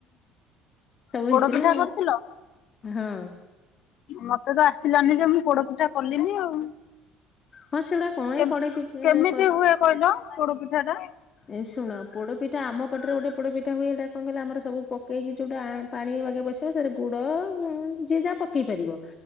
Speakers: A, on the left; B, on the left.
A: ସବୁ ହେଇଥିଲା
B: ପୋଡପିଠା କରିଥିଲ
A: ହଁ।
B: ମତେ ତ ଆସିଲାନି ଯେ ମୁଁ ପୋଡ଼ ପିଠା କଲିନି ଆଉ।
A: ହଁ ସେଗୁଡା କଣ ଏଇ
B: କେମ୍,
A: କଡେଇ ପିଠାରେ
B: କେମିତି ହୁଏ କହିଲ ପୋଡ଼ପିଠାଟା?
A: ଏ ଶୁଣ, ପୋଡ଼ ପିଠା ଆମ ପଟରେ ଗୋଟେ ପୋଡ଼ପିଠା ହୁଏ ହେଟା କଣ କହିଲେ ଆମର ସବୁ ପକେଇକି ଯୋଉଟା ଆଁ ପାଣି ବାଗେ ବସି <unintelligible> ଗୁଡ ଯିଏ ଯାହା ପକେଇ ପାରିବ,